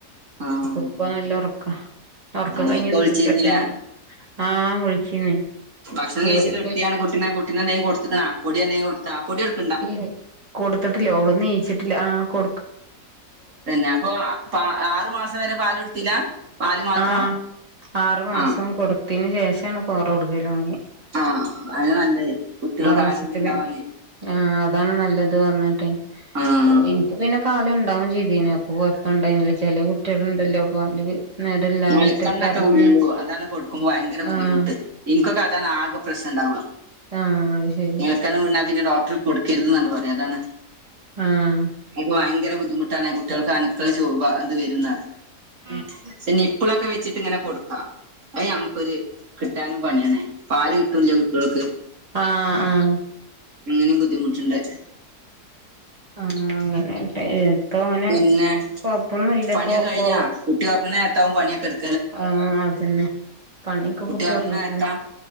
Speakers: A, on the right; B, on the right.
A: ആഹ്
B: അപ്പൊ ഇപ്പ നല്ല ഉറക്കാ ഉറക്കം
A: ആഹ്
B: കഴിഞ്ഞ്
A: ഇക്ക വിളിച്ചിരുന്നില്ലേ
B: നീക്കെട്ടെ ഇഞ്ഞി ആഹ് വിളിച്ചീന്ന്
A: ഭക്ഷണം കഴിച്ച്
B: ഓര്ക്ക്
A: കെട്ത്തിയാണ് കുട്ടിനെ കുട്ടീനെ എന്തങ്കും കൊടുത്ത്ക്ക്ണ പൊടി എന്തേം കൊടുത്ത പൊടി കൊടു
B: ഇല്ലേ കൊടുത്തിട്ടില്ലേ ഓള് നീച്ചിട്ടില്ല ആഹ് കൊ
A: തന്നെ അപ്പൊ ആറു മാസം വരെ പാലൊടുത്തില്ല പാല് മാത്രം
B: ആഹ് ആറു മാസം
A: ആഹ്
B: കൊടുത്തിന് ശേഷാണ് കോറോടുക്കലൊടങ്ങിയെ
A: ആഹ് അതന്നെ നല്ലത് കുട്ട്യോൾക്ക്
B: മാസത്തില്
A: ആരോഗ്യണ്ടാവാന്
B: ആഹ് അതാണ് നല്ലത് പറഞ്ഞിട്ടെ
A: ആഹ്
B: ഇനിക്ക് പിന്നെ പാലുണ്ടാവും ചെയ്തേന് ഇപ്പോ കൊയപ്പണ്ടേന്നില്ല ചെല കുട്ട്യേൾണ്ടല്ലോ പാല് നേരല്ലാഞ്ഞിട്ട്
A: മൊലക്കണ്ണൊക്കെ
B: കരഞ്ഞ്
A: ഉള്ളൂ അതാണ് കൊടുക്കുമ്പോ ഭയങ്കര ബുദ്ധിമുട്ട്
B: ആഹ്
A: ഇൻക്കൊക്കെ അതാണ് ആകെ പ്രശ്നണ്ടാവ
B: ആഹ് അത് ശരി
A: ക്കണ് മുണ്ടാ പിന്നെ ഡോക്ടർ കൊടുക്കരുതെന്നണ്ട് പറയും അതാണ്
B: ആഹ്
A: അതൊക്കെ ഭയങ്കര ബുദ്ധിമുട്ടാണ് കുട്ടികൾക്ക് അണുക്കൾ ചോ ഇത് വരുന്നറിയും
B: ഉം
A: പക്ഷേ നിപ്പിളൊക്കെ വെച്ചിട്ടിങ്ങനെ കൊടു ക്കാം അത് ഞമ്മക്കൊരു കിട്ടാനും പണിയാണ് പാല് കിട്ടൂല്ല്യ കുട്ടികൾക്ക്
B: ആഹ് ആഹ്
A: അങ്ങനിം ബുദ്ധിമുട്ടുണ്ട്
B: ആഹ് അങ്ങനെ ഇപ്പ അങ്ങനെ
A: പിന്നെ
B: കൊഴപ്പൊന്നുല്ലപ്പോ
A: പണിയൊക്കെ കഴിഞ്ഞാ
B: കൊ
A: കുട്ടി ഒറങ്ങ്ണേരത്താവും പണിയൊക്കെടു
B: ആഹ് അതന്നെ പണിയൊക്കെ കുട്ടി
A: ഉറങ്ങണ
B: ഉറങ്ങിന്നെ
A: നേരത്താ